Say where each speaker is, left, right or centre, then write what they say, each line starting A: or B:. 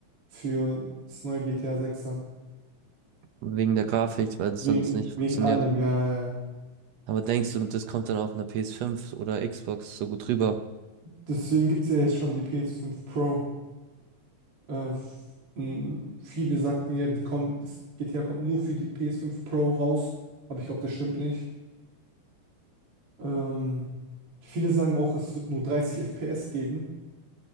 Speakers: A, on the right; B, on the right.
A: für das neue GTA 6 dann.
B: Wegen der Grafik, weil es
A: Wegen,
B: sonst nicht funktioniert.
A: wegen allem, ja, ja.
B: Aber denkst du, das kommt dann auf einer ps fünf oder Xbox so gut rüber?
A: Deswegen gibt es ja jetzt schon die PS5 Pro. Äh, f- mh, viele sagten ja, die kommt, das GTA kommt nur für die PS5 Pro raus, aber ich glaube, das stimmt nicht. Ähm, viele sagen auch, es wird nur 30 FPS geben,